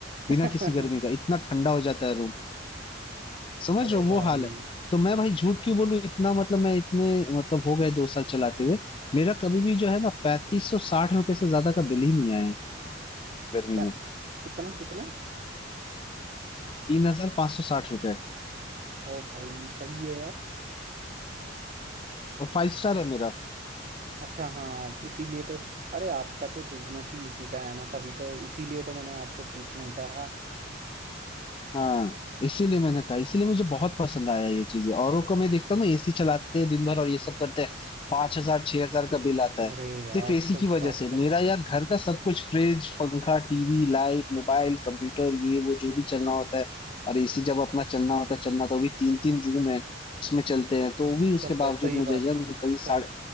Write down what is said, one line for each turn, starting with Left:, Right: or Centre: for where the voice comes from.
Right: <laughs>
Left: बिना किसी गर्मी का इतना ठंडा हो जाता है समझ
Right: अरे
Left: रहे हो वो
Right: भाई
Left: हाल है तो मैं भाई झूठ क्यों बोलूं इतना मतलब मैं इतने मतलब हो गए दो साल चलाते हुए मेरा कभी भी जो है ना पैंतीस सौ साठ रुपए से ज्यादा का बिल ही नहीं आया है गर्मी
Right: प-
Left: में
Right: कितना कितना
Left: तीन हजार पाँच सौ साठ रुपए
Right: ओ भाई सही है यार
Left: और फाइव स्टार है मेरा
Right: अच्छा हाँ इसीलिए तो अरे आपका तो बिजनेस ही इसी का है ना तभी तो इसीलिए तो मैंने आपसे पूछना चाहा
Left: हाँ इसीलिए मैंने कहा इसीलिए मुझे बहुत पसंद आया ये चीजें औरों को मैं देखता हूँ ना एसी चलाते हैं दिन भर और ये सब करते हैं पांच हजार छह हजार का बिल आता है
Right: अरे यार
Left: सिर्फ एसी
Right: छः
Left: की वजह
Right: सात
Left: से
Right: सात
Left: मेरा यार घर का सब कुछ फ्रिज पंखा टीवी लाइट मोबाइल कंप्यूटर ये वो जो भी चलना होता है और एसी जब अपना चलना होता है चलना तो भी तीन तीन रूम है उसमें चलते हैं तो भी उसके
Right: चलता
Left: बावजूद
Right: है सही
Left: मुझे
Right: बात
Left: यार कभी
Right: सही
Left: साढ़े